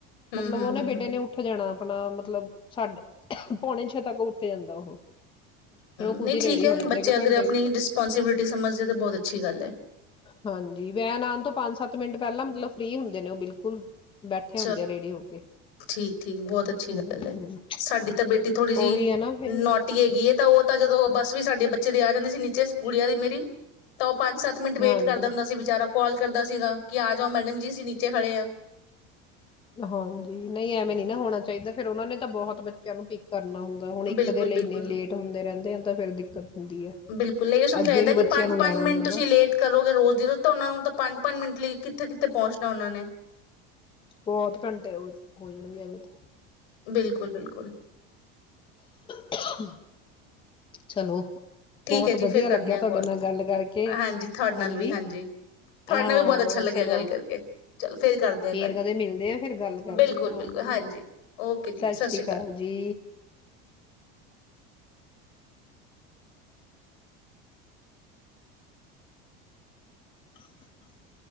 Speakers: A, on the left; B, on the left.
A: ਹਮ
B: ਮਤਲਬ
A: ਹਮ
B: ਉਹਨੇ
A: ਹਮ
B: ਬੇਟੇ
A: ਹਮ
B: ਨੇ ਉੱਠ ਜਾਣਾ ਆਪਣਾ ਮਤਲਬ ਸਾਡੇ ਪੌਣੇ ਛੇ ਤੱਕ ਉੱਠ ਜਾਂਦਾ ਉਹ ਫੇਰ ਉਹ ਖੁਦ
A: ਨਹੀਂ
B: ਹੀ ਰੇਡੀ
A: ਠੀਕ ਹੈ
B: ਹੋ ਜਾਂਦਾ
A: ਬੱਚੇ
B: ਇੱਕ
A: ਅਗਰ
B: ਘੰਟੇ
A: ਆਪਣੀ
B: ਵਿੱਚ
A: ਰਿਸਪੋਂਸਿਬਿਲਿਟੀ ਸਮਝਦੇ ਤਾਂ ਬਹੁਤ ਅੱਛੀ ਗੱਲ ਏ
B: ਹਾਂਜੀ ਵੈਨ ਆਉਣ ਤੋਂ ਪੰਜ ਸੱਤ ਮਿੰਟ ਪਹਿਲਾਂ ਮਤਲਬ ਫ੍ਰਰੀ ਹੁੰਦੇ ਨੇ ਉਹ ਬਿਲਕੁਲ ਬੈਠੇ
A: ਅੱਛਾ
B: ਹੁੰਦੇ ਆ ਰੇਡੀ ਹੋ ਕੇ
A: ਠੀਕ ਠੀਕ ਬਹੁਤ ਅੱਛੀ
B: ਹਮ
A: ਗੱਲ
B: ਹਮ,
A: ਹੈ ਸਾਡੀ ਤਾਂ ਬੇਟੀ ਥੋੜੀ ਜਿਹੀ
B: ਉਹੀ ਹੈ ਨਾ ਫੇਰ
A: ਨੋਟੀ ਹੈਗੀ ਹੈ ਤਾਂ ਉਹ ਤਾਂ ਜਦੋਂ ਬੱਸ ਵੀ ਸਾਡੀ ਬੱਚੇ ਦੀ ਆ ਜਾਂਦੇ ਸੀ ਨੀਚੇ ਗੁੜੀੀਆਂ ਦੀ ਮੇਰੀ ਟੋਪ ਪੰਜ ਸੱਤ ਮਿੰਟ ਵੇਟ
B: ਹਾਂਜੀ
A: ਕਰਦਾ ਹੁੰਦਾ ਸੀ ਵਿਚਾਰਾ ਕਾਲ ਕਰਦਾ ਸੀਗਾ ਕਿ ਆ ਜਾਓ ਮੈਡਮ ਜੀ ਅਸੀਂ ਨੀਚੇ ਖੜੇ ਹਾਂ
B: ਹਾਂਜੀ ਨਹੀਂ ਐਵੇਂ ਨੀ ਨਾ ਹੋਣਾ ਚਾਹੀਦਾ ਫ਼ਿਰ ਉਹਨਾਂ ਨੇ ਤਾਂ ਬਹੁਤ ਬੱਚਿਆਂ ਨੂੰ ਭੀ ਕਰਨਾ ਹੁੰਦਾ ਹੁਣ ਇੱਕ
A: ਬਿਲਕੁਲ
B: ਦੇ ਲਈ
A: ਬਿਲਕੁਲ
B: ਇੰਨੇ ਲੇਟ ਹੁੰਦੇ ਰਹਿੰਦੇ ਆ ਤਾਂ ਫਿਰ ਦਿੱਕਤ ਹੁੰਦੀ ਹੈ
A: ਬਿਲਕੁਲ ਮ ਇਹ ਸਮਝਾਇਦਾ
B: ਅੱਗੇ ਵੀ
A: ਕਿ
B: ਬੱਚਿਆਂ
A: ਪੰਜ
B: ਨੂੰ
A: ਪੰਜ
B: ਲੈਣਾ ਹੁੰਦਾ
A: ਮਿੰਟ ਤੁਸੀਂ
B: ਨਾ
A: ਲੇਟ ਕਰੋਗੇ ਰੋਜ਼ ਦੀ ਰੋਜ਼ ਤਾਂ ਉਹਨਾਂ ਨੂੰ ਤਾਂ ਪੰਜ ਪੰਜ ਮਿੰਟ ਲਈ ਕਿੱਥੇ ਕਿੱਥੇ ਪਹੁੰਚਣਾ ਉਨਾਂ ਨੇ-
B: ਬਹੁਤ ਘੰਟੇ ਹੋ ਜਾਣਗੇ ਐਵੇਂ -
A: ਬਿਲਕੁਲ ਬਿਲਕੁਲ
B: <inaudible> ਚਲੋ-
A: ਠੀਕ
B: ਬਹੁਤ
A: ਹੈ ਜੀ
B: ਬਧੀਆ
A: ਫਿਰ ਕਰਨੇ
B: ਲੱਗਿਆ
A: ਆ ਕਾਲ
B: ਤਾਡੇ ਨਾਲ ਗੱਲ ਕਰਕੇ।
A: ਹਾਂਜੀ ਤੁਹਾਡੇ ਨਾਲ
B: ਹਾਂਜੀ
A: ਵੀ ਤੁਹਾਡੇ
B: -ਹਾਂ
A: ਨਾਲ ਵੀ ਬਹੁਤ ਅੱਛਾ ਲੱਗਿਆ
B: ਚਲੋ
A: ਗੱਲ ਕਰਕੇ ਚਲੋ ਫੇਰ ਕਰਦੇ ਆ
B: ਫੇਰ
A: ਗੱਲ
B: ਕਦੇ ਮਿਲਦੇ ਆਂ। ਫਿਰ ਗੱਲ ਕਰਦੇ
A: ਬਿਲਕੁਲ-ਬਿਲਕੁਲ
B: ਆ। ਹਾਂਜੀ
A: ਓਕੇ ਜੀ
B: ਸਾਸਰੀ
A: ਸਤਿ ਸ਼੍ਰੀ ਅਕਾਲ।
B: ਕਾਲ ਜੀ। <inaudible>